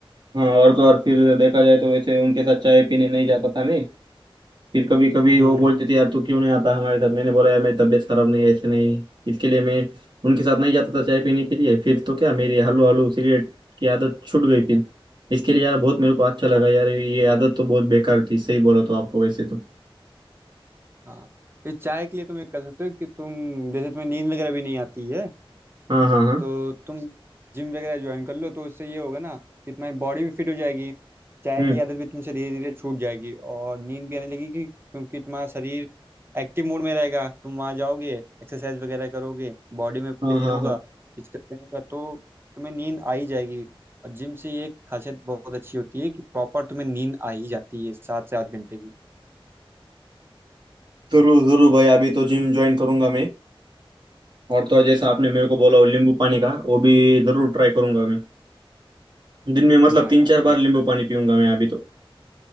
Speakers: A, on the right; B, on the right.
A: हाँ और तो और फिर देखा जाए तो वैसे उनके साथ चाय पीने नहीं जाता था मैं फिर कभी कभी
B: हम्म
A: वो बोलते थे यार तू क्यों नहीं आता हमारे साथ मैंने बोला यार मेरी तबीयत खराब नहीं है ऐसे नहीं इसके लिए मैं उनके साथ नहीं जाता था चाय पीने के लिए फिर तो क्या मेरी हलू हलू सिगरेट की आदत छूट गई फिर इसके लिए यार बहुत मेरे को अच्छा लगा
B: हाँ
A: यार ये आदत तो बहुत बेकार थी सही बोला तो आपको वैसे तो
B: हाँ ये चाय के लिए तुम एक कर सकते हो कि तुम जैसे तुम्हें नींद वगैरह भी नहीं आती है
A: हाँ हाँ हाँ
B: तो तुम जिम वगैरह ज्वाइन कर लो तो उससे ये होगा ना कि तुम्हारी बॉडी भी फिट हो जाएगी चाय
A: हम्म
B: की आदत भी तुमसे धीरे धीरे छूट जाएगी और नींद भी आने लगेगी क्योंकि तुम्हारा शरीर एक्टिव मोड में रहेगा तुम वहाँ जाओगे एक्सरसाइज वगैरह करोगे बॉडी में
A: हाँ
B: पेन
A: हाँ
B: होगा
A: हाँ
B: फिजिकल पेन होगा तो तुम्हें नींद आ ही जाएगी और जिम से ये एक खासियत बहुत अच्छी होती है कि प्रॉपर तुम्हें नींद आ ही जाती है सात से आठ घंटे की
A: जरूर जरूर भाई अभी तो जिम ज्वाइन करूंगा मैं और तो जैसा आपने मेरे को बोला वो नींबू पानी का वो भी जरूर ट्राई करूंगा मैं दिन में मतलब
B: हाँ
A: तीन
B: यार
A: चार
B: वो
A: बार नींबू पानी पीऊंगा मैं अभी तो